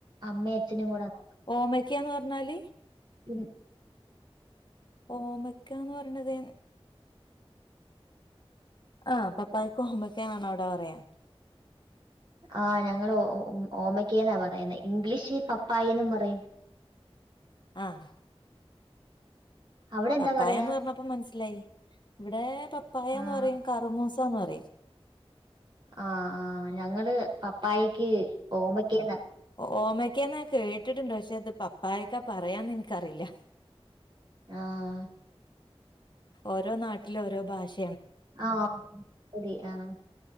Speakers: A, on the right; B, on the left.
A: അമ്മയ അച്ഛന കൂടാ-
B: ഓമക്കാന്ന് പറഞ്ഞാല്-
A: ഉം
B: ഓമക്കന്ന് പറയണത് ആഹ് പപ്പായക്ക് ഓമാക ആണോ അവിടെ പറയാ?
A: ആ് ഞങ്ങള് ഓമക്കെന്നാ പറയുന്നെ ഇംഗ്ലീഷ് പപ്പായ എന്നും പറയും. <unintelligible>
B: ആഹ് -
A: അവിടെ എന്താ
B: പപ്പായന്ന്
A: പറയാ
B: പറഞ്ഞപ്പോ മനസ്സിലായി ഇവിടെ പപ്പായന്ന്
A: ആഹ്
B: പറയും കറുമൂസ് പറയും
A: ആഹ് ആഹ് ഞങ്ങള് പപ്പായക്ക് ഓമ്മക്കന്ന
B: ഓമയ്ക്കന്ന കേട്ടിട്ടുണ്ട് പക്ഷെ അത് പപ്പായക്കാ പറയാന്ന് എനിക്കറിയില്ല
A: ആഹ്
B: ഓരോ നാട്ടിലും ഓരോ ഭാഷ
A: ആഹ് ശരി ആഹ്